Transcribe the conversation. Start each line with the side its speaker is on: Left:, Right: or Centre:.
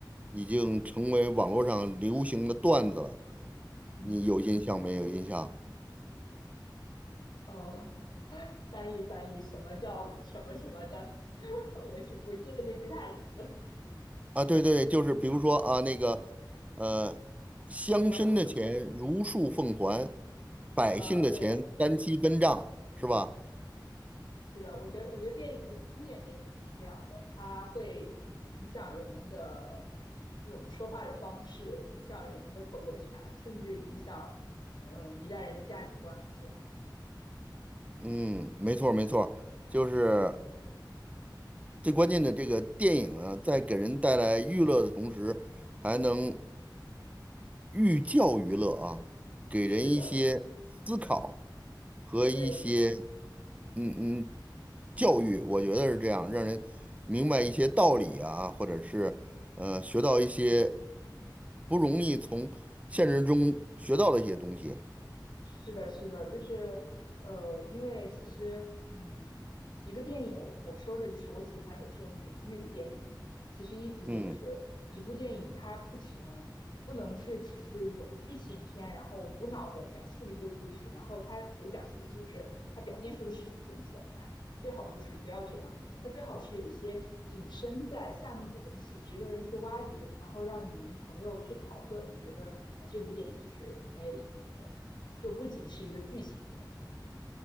Right: 已经成为网络上流行的段子了。
Left: 嗯
Right: 你有印象没有印象？
Left: 呃，<laughs> 翻译翻译，什么叫什么什么的？<laughs> 我记我记得那句台词，
Right: 啊，对对，就是比如说啊，那个，呃，乡绅的钱如数奉还，
Left: 什么叫公平？
Right: 百姓的钱单期分账，
Left: 呃，对，
Right: 是吧？
Left: 是的，我觉得我觉得电影就是经典电影就是这样的，它会影响人们的这种说话的方式，影响人们的口头禅，甚至影响嗯一代人的价值观。这样
Right: 嗯，没错儿没错儿就是最关键的这个电影啊，在给人带来娱乐的同时，还能寓教于乐啊，给人一些思考
Left: 是的，
Right: 和一些
Left: 对，
Right: 嗯嗯，教育我觉得是这样，让人明白一些道理啊，或者是呃学到一些不容易从现实中学到的一些东西。
Left: 是的，是的，就是呃，因为其实嗯，一个电影，我我说的就是我喜欢有这种隐喻的电影。其实意思就是一部电影，
Right: 嗯
Left: 它不只能不能是只是一种剧情片，然后无脑的讲述了一个故事，然后它所讲述的就是它表面说的事情这么简单。最好就是不要这样，它最好是有一些隐身在下面的东西，值得人去挖掘，然后让影迷朋友去讨论。我觉得呃这部电影就是很有意义的。就不仅是一个剧情片这样。